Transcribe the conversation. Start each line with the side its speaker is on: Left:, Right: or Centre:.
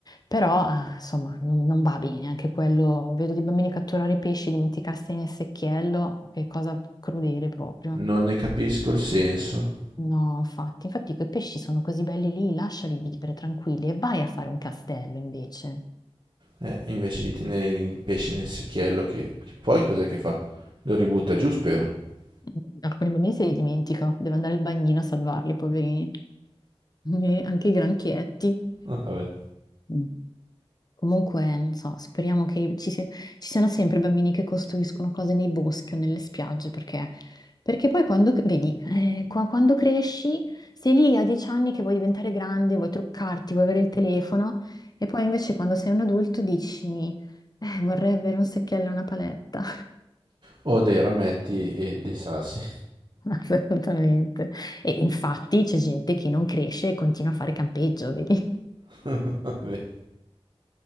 Left: però ah, insomma non, non va bene anche quello, vedo dei bambini catturare pesci, dimenticarsi nel secchiello, che cosa crudele proprio.
Right: Non ne capisco il senso.
Left: No, infatti, infatti quei pesci sono così belli lì, lasciali vivere tranquilli e vai a fare un castello invece.
Right: Eh, invece di tenere il pesce nel secchiello, che, che poi cos'è che fa? Lo ributta giù, spero. <laughs>
Left: Mm, Alcuni bambini se li dimentica, deve andare al bagnino a salvarli, poverini. E anche i granchietti.
Right: Ah, vabbè.
Left: Mm. Comunque, non so, speriamo che ci, si- ci siano sempre bambini che costruiscono cose nei boschi o nelle spiagge, perché, perché poi quando, vedi, eh, qua- quando cresci, sei lì a dieci anni che vuoi diventare grande, vuoi truccarti, vuoi avere il telefono, e poi invece quando sei un adulto dici, eh, vorrei avere un secchiello e una paletta.
Right: O dei rametti e dei sassi.
Left: <laughs> Assolutamente. E infatti c'è gente che non cresce e continua a fare campeggio, vedi?
Right: <laughs> Vabbè.